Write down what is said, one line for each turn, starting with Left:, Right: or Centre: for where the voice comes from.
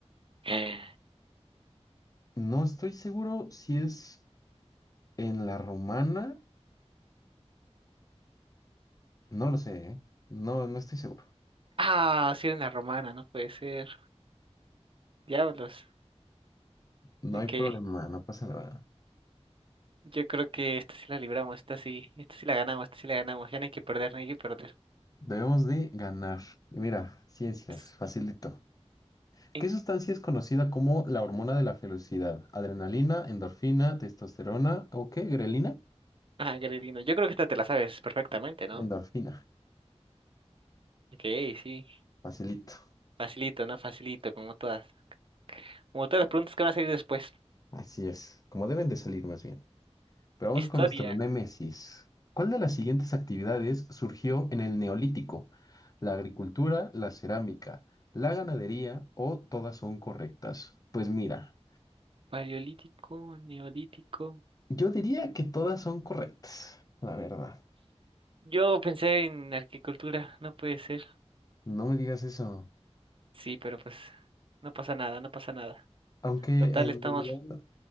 Right: Eh,
Left: No estoy seguro si es en la romana. No lo sé, ¿eh? No, no estoy seguro.
Right: Ah, la romana, no puede ser. Diablos.
Left: No
Right: Ok.
Left: hay problema, no pasa nada.
Right: Yo creo que esta sí la libramos, esta sí, esta sí la ganamos, esta sí la ganamos. Ya no hay que perder, no hay que perder.
Left: Debemos de ganar. Y mira, ciencias,
Right: S-
Left: facilito.
Right: en-
Left: ¿Qué sustancia es conocida como la hormona de la felicidad? ¿Adrenalina, endorfina, testosterona o qué? ¿Grelina?
Right: Ah, Gredino. Yo creo que esta te la sabes perfectamente, ¿no?
Left: Endorfina.
Right: Ok, sí.
Left: Facilito.
Right: Facilito, ¿no? Facilito, como todas. Como todas las preguntas que van a salir después.
Left: Así es, como deben de salir más bien. Pero
Right: Historia.
Left: vamos con nuestro némesis. ¿Cuál de las siguientes actividades surgió en el Neolítico? ¿La agricultura, la cerámica, la ganadería o todas son correctas? Pues mira,
Right: Paleolítico, neolítico.
Left: yo diría que todas son correctas, la verdad.
Right: Yo pensé en arquitectura, no puede ser.
Left: No me digas eso.
Right: Sí, pero pues no pasa nada, no pasa nada.
Left: Aunque
Right: Total,
Left: en
Right: estamos
Left: realidad